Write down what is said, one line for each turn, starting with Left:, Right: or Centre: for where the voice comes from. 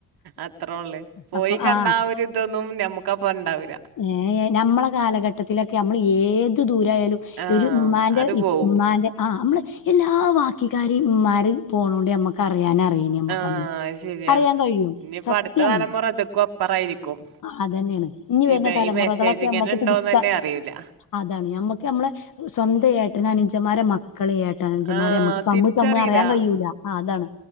Right: അത്രൊള്ള് പോയികണ്ട
Left: അപ്പൊ ആ
Right: ആഒരുതൊന്നും ഞമ്മുക്കപണ്ടാവൂല
Left: ഏ എ നമ്മളെ കാലഘട്ടത്തിലൊക്കെ അമ്മള് ഏതു ദൂരായാലും
Right: ആ
Left: ഒരു ഉമ്മാൻ്റെ
Right: അത്
Left: ഇപ്
Right: പോവും
Left: മ്മാന്റെ ആ മ്മള് എല്ലാ വാക്കികാരിമ്മാരിം പോണൊണ്ട് നമ്മക്കറിയാനാ ഐനി നമ്മക്കന്ന്
Right: ആ അത് ശരിയാ
Left: അറിയാൻ കഴിയും
Right: ഇനിയിപ്പോ
Left: സത്യാണ്
Right: അടുത്ത തലമുറ ഇതൊക്കെ അപ്പറായിരിക്കും
Left: അതന്നേണ് ഇനിവർണെ
Right: ഇത്
Left: തലമുറകളൊക്കെ
Right: ഈ മെസ്സേജ് ഇങ്ങനെ
Left: നമ്മക്ക്
Right: ഉണ്ടോന്ന്
Left: പിടിക്കാം
Right: തന്നെ അറിയില്ല
Left: അതാണ് നമ്മക്ക് നമ്മളെ സ്വന്തയേട്ടനനി ഞ്ചമ്മാരെ മക്കള് ഏട്ടനഞ്ചമാരെമ്മക്ക്
Right: ആ
Left: തമ്മ്
Right: തിരിച്ചറിയില്ല
Left: തമ്മ് അറിയാൻ കഴിയൂല്ല അ അതാണ്